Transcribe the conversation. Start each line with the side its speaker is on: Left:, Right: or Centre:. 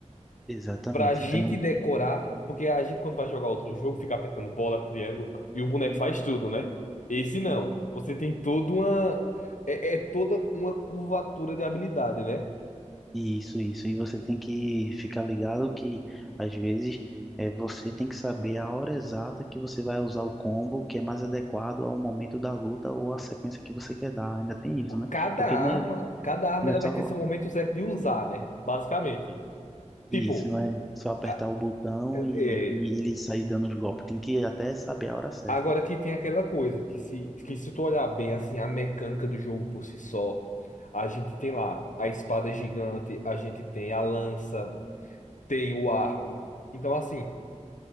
Centre: exatamente.
Left: pra gente
Centre: Então
Left: decorar, porque a gente quando vai jogar outro jogo fica apertando bola, triângulo e o boneco faz tudo, né? Esse não. Você tem toda uma é, é toda uma curvatura de habilidade, né?
Centre: Isso, isso. E você tem que ficar ligado que às vezes é, você tem que saber a hora exata que você vai usar o combo que é mais adequado ao momento da luta ou à sequência que você quer dar. Ainda tem isso, né?
Left: Cada
Centre: Porque
Left: arma,
Centre: não é,
Left: cada arma
Centre: não
Left: ela
Centre: é
Left: vai
Centre: só
Left: ter seu momento certo de usar, né? Basicamente. Tipo,
Centre: isso, não é só apertar
Left: a-
Centre: o botão e,
Left: é,
Centre: e ele sair dando os golpes. Tem que até saber a hora certa.
Left: agora que tem aquela coisa que se que se tu olhar bem assim a mecânica do jogo por si só, a gente tem lá a espada gigante, a gente tem a lança, tem o arco. Então, assim,